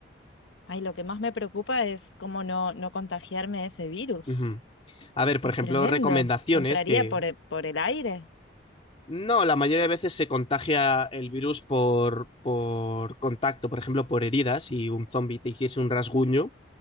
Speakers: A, on the left; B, on the left.
A: Ay, lo que más me preocupa es cómo no, no contagiarme de ese virus.
B: Ujú. A ver, por
A: Es
B: ejemplo,
A: tremendo.
B: recomendaciones
A: Entraría
B: que
A: por el, por el aire.
B: no, la mayoría de veces se contagia el virus por, por contacto, por ejemplo, por heridas. Si un zombie te hiciese un rasguño,